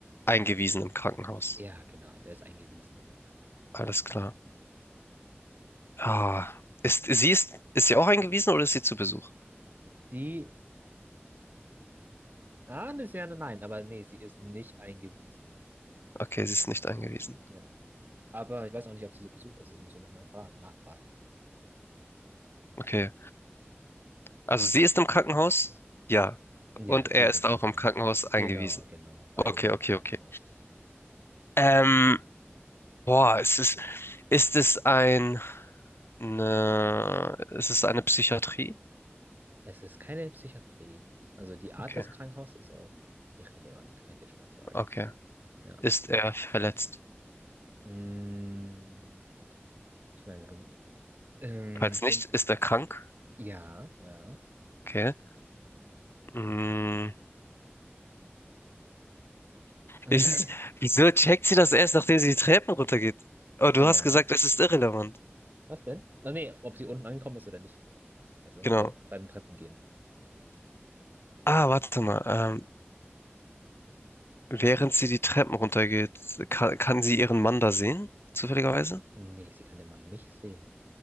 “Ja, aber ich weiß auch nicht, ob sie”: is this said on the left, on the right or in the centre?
Right